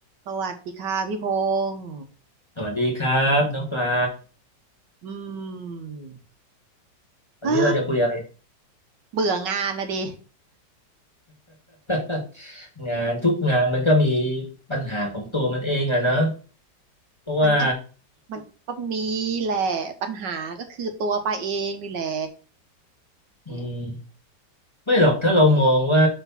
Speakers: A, on the right; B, on the left.
A: สวัสดีค่ะพี่พงษ์
B: สวัสดีครับน้องปลา
A: อืม <sighs>
B: วันนี้เราจะคุยอะไร
A: อ้าเบื่องานละดิ
B: <laughs> งานทุกงานมันก็มีปัญหาของตัวมันเองอะเนอะเพราะว่า
A: มันก็มันก็มีแหละปัญหาก็คือตัวปาเองนี่แหละ
B: อืม
A: อืม
B: ไม่หรอกถ้าเรามองว่า